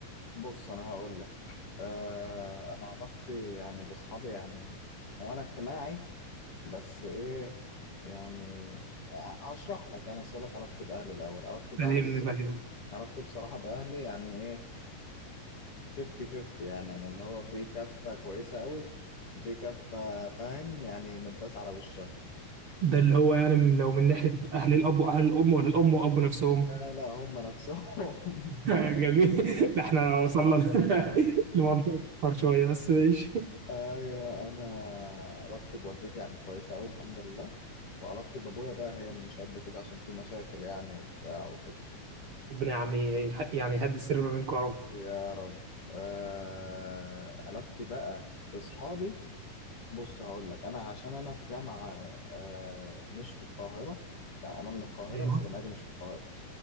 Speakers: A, on the left (about 50°); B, on the right (about 55°).
A: بص انا هقول لك آه انا علاقتي يعني باصحابي يعني وانا اجتماعي بس ايه يعني هشرح لك يعني اسالك علاقتي باهلي الاول علاقتي باهلي
B: فاهمني
A: الس-
B: فاهم
A: علاقتي بصراحه باهلي يعني ايه 50 50 يعني يعني اللي هو في كفه كويسه قوي وفي كفه فاهم يعني متداس على وشها
B: ده اللي هو يعني لو من ناحيه اهل الاب واهل الام ولا الام واب نفسهم
A: لا لا هم نفسهم
B: <laughs>
A: <laughs>
B: جميل ده احنا وصلنا ل- <laughs> لموضوع اكبر شويه بس ماشي
A: ايوه انا علاقتي بوالدتي يعني كويسه قوي الحمد لله وعلاقتي بابويا بقى هي اللي مش قد كده عشان في مشاكل يعني وبتاع وكده
B: ربنا يا عم يح- يعني يهدي السر ما بينكم يا رب
A: يا رب آه علاقتي بقى باصحابي بص هقول لك انا عشان انا في جامعه آه مش في القاهره يعني انا من القاهره
B: ايوه
A: بس جامعتي مش في القاهره